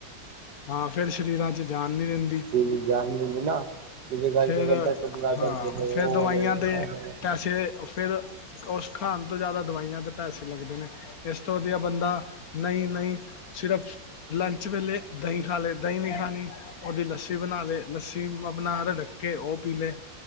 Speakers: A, on the left (about 55°); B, on the right (about 55°).
A: ਹਾਂ ਫੇਰ ਸ਼ਰੀਰਾਂ ਚ ਜਾਨ ਨੀ ਰਹਿੰਦੀ।
B: ਸਰੀਰ ਚ ਜਾਨ ਨੀ ਰਹਿੰਦੀ ਨਾ। ਜਿਹਦੇ ਕਰਕੇ
A: ਫੇਰ
B: ਕਰਦਾ ਟੰਗਾ
A: ਹਾਂ
B: ਦਰਦ ਨੇ
A: ਫੇਰ
B: ਉਹ
A: ਦਵਾਈਆਂ
B: ਨੇ ਇਹ
A: ਦੇ
B: ਨੇ
A: ਪੈਸੇ ਫੇਰ ਉਸ ਖਾਣ ਤੋਂ ਜ਼ਿਆਦਾ ਦਵਾਈਆਂ ਤੇ ਪੈਸੇ ਲੱਗਦੇ ਨੇ ਇਸ ਤੋਂ ਵਧੀਆ ਬੰਦਾ ਨਹੀਂ ਨਹੀਂ ਸਿਰਫ ਲੰਚ ਵੇਲੇ ਦਹੀਂ ਖਾ ਲਏ ਦਹੀਂ ਨੀ ਖਾਣੀ ਉਹਦੀ ਲੱਸੀ ਬਣਾ ਲਏ ਲੱਸੀ ਬਣਾ ਰਿੜਕ ਕੇ ਉਹ ਪੀ ਲਏ।